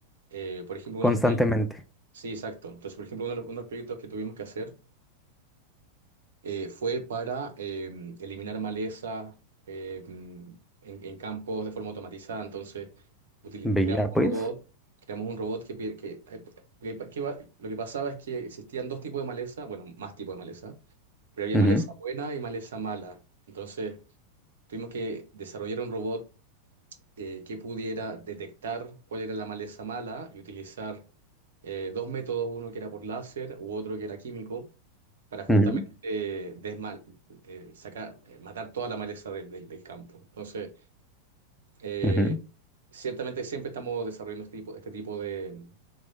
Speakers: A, on the right (about 60°); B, in the centre.
A: eh, por ejemplo,
B: constantemente.
A: uno de los proyectos. Sí, exacto. Entonces, por ejemplo, uno de los, uno de los proyectos que tuvimos que hacer eh, fue para eh, eliminar maleza eh, en, en campos de forma automatizada. Entonces, util-
B: Veía,
A: creamos
B: pues.
A: un robot, creamos un robot que, pi- que, que- que va- lo que pasaba es que existían dos tipos de maleza, bueno, más tipos de maleza, pero había
B: Ujú,
A: maleza buena y maleza mala. Entonces, tuvimos que desarrollar un robot eh, que pudiera detectar cuál era la maleza mala y utilizar eh, dos métodos, uno que era por láser u otro que era químico, para justamente
B: ujú,
A: eh, desmal- eh, sacar, eh, matar toda la maleza del del- del campo. Entonces, eh,
B: ujú.
A: Ciertamente siempre estamos desarrollando este tipo, este tipo de,